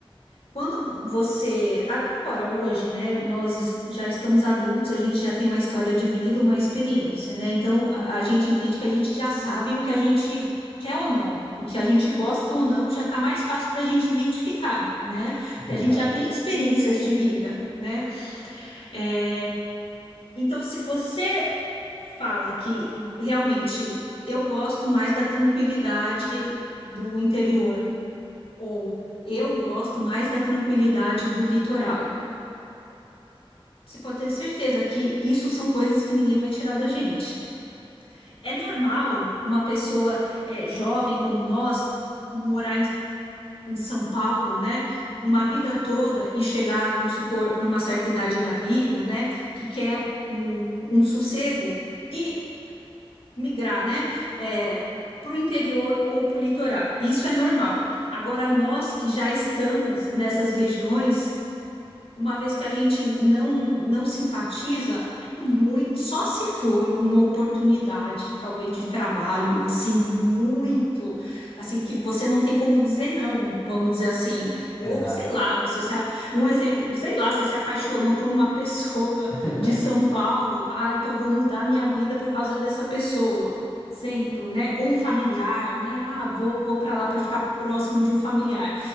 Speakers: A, on the left; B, on the left.
A: quando você, agora, hoje, né, nós es- já estamos adultos, a gente já tem uma história de vida, uma experiência, né? Então, a, a gente entende que a gente já sabe o que a gente quer ou não, o que a gente gosta ou não, já está mais fácil da gente identificar, né? Que
B: Exato,
A: a gente já tem experiências de vida, né? É, então, se você fala que realmente eu gosto mais da tranquilidade do interior, ou eu gosto mais da tranquilidade do litoral. Você pode ter certeza que isso são coisas que ninguém vai tirar da gente. É normal uma pessoa eh, jovem como nós morar em, em São Paulo, né? Uma vida toda e chegar, vamos supor, numa certa idade da vida, né? Que quer um, um sossego e migrar, né? eh, para o interior ou para o litoral. Isso é normal. Agora, nós que já estamos nessas regiões, uma vez que a gente não não simpatiza, é muito, só se for uma oportunidade, talvez de trabalho, assim, muito, assim, que você não tem como dizer não, vamos dizer assim, ou
B: exato.
A: sei lá, você se, a- um exemplo, sei lá, você se apaixonou por uma pessoa
B: <laughs>
A: de São Paulo, ah, então eu vou mudar minha vida por causa dessa pessoa. Exemplo, né? Ou um familiar, né? Ah, vou, vou para lá para ficar próximo de um familiar.